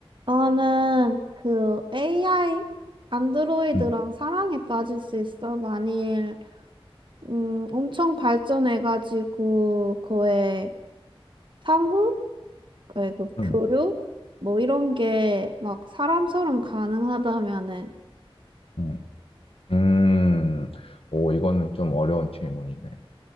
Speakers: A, on the right; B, on the left.
A: 나는 그 AI 안드로이드랑
B: 음,
A: 사랑에 빠질 수 있어. 만일 음 엄청 발전해가지고 그의 상호, 그의 그
B: 음,
A: 교류 뭐 이런 게 막 사람처럼 가능하다면은
B: 음, 음. 오, 이거는 좀 어려운 질문이네.